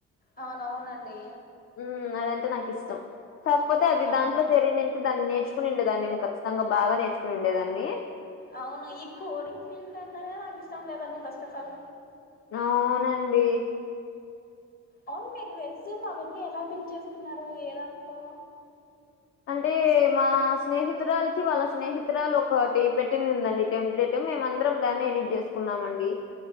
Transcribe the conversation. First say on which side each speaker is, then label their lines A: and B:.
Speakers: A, on the left; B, on the left.
A: అవునవునండి
B: ఉమ్ అదంటే నాకు ఇష్టం కాకపోతే అది
A: ఆ
B: దాంట్లో చేరి నెన్ దాన్ని నేర్చుకునిండే దాన్నేమో కచ్చితంగా బాగా నేర్చుకుని ఉండే దాన్ని
A: అవును ఈ కోడింగ్ ఫీల్డ్ అంటేనేే నాకు ఇష్టం లేదండీ ఫస్ట్ ఆఫ్ ఆల్
B: అవునండి
A: అవును మీరు రెజ్యుమ్ అవన్నీ ఎలా బిల్డ్ చేసుకున్నారు ఏ దాంట్లో
B: అంటే మా స్నేహితురాలకి వాళ్ళ స్నేహితురాలు ఒక టి పెట్టింది ఉందండి టెంప్లెట్ <unintelligible> మేమ అందరం దాన్నే ఎడిట్ చేసుకున్నామండి